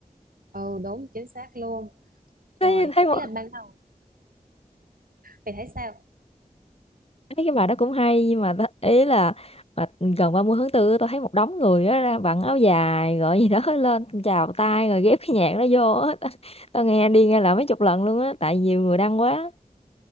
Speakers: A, on the right; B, on the left.
A: ừ đúng chính xác luôn
B: thấy
A: trời
B: thấy một,
A: ý là ban đầu mày thấy sao
B: thấy cái bài đó cũng hay nhưng mà ta- ý là mà gần 30 tháng tư tôi thấy một đống người đó ra vặn áo dài gọi gì đó <laughs> lên chào tay rồi ghép cái nhạc đó vô á. tao, tao nghe đi nghe lại mấy chục lần luôn á tại nhiều người đăng quá